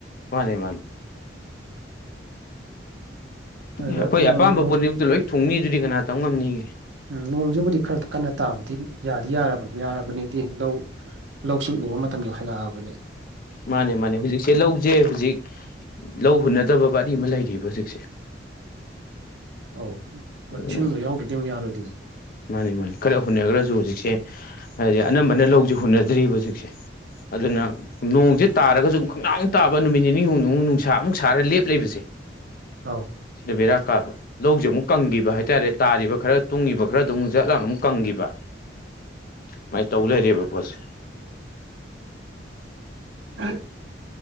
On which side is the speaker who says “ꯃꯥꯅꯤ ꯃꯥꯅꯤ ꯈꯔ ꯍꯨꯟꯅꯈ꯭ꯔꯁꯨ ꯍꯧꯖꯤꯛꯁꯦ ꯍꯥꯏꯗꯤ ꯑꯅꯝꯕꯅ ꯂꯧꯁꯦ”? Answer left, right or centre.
Left